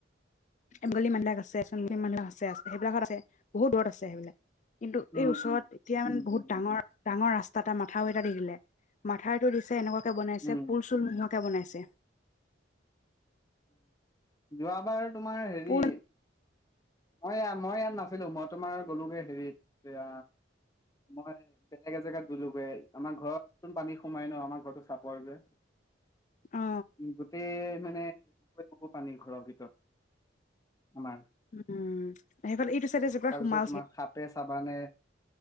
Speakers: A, on the left; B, on the left.
A: এমলী মান্দাক আছে চী মানদাক আছে আছে সেইবিলাকত আছে বহুত দূৰত আছে সেইবিলাক কিন্তু
B: উম
A: এই ওচৰত এতিয়া মানে
B: উম
A: বহুত
B: উম
A: ডাঙৰ ডাঙৰ ৰাস্তা তাটা মাথাউ এটা দি দিলে মথাউটো দিছে এনেকুৱা বনাইছে
B: উম
A: পুল চুল নহক বনাইছে
B: যোৱাবাৰ তোমাৰ হেৰি
A: পুল
B: মই মই ইয়াত নাছিলো মই তোমাৰ গলোগে হেৰিত এয়া মই বেলেগ এজেগাত গলোগৈ আমাৰ ঘৰতোন পানী সোমাই ন আমাৰ ঘৰটো চাপৰযে
A: অ
B: উ গোটেই মানে বকুৱৰে বগু পানী ঘৰৰ ভিতৰত আমাৰ
A: উম সেইফে এইটো চাইডে যেকৰা
B: তাৰপিছত
A: সোমালয
B: তোমাৰ সাপে চাবানে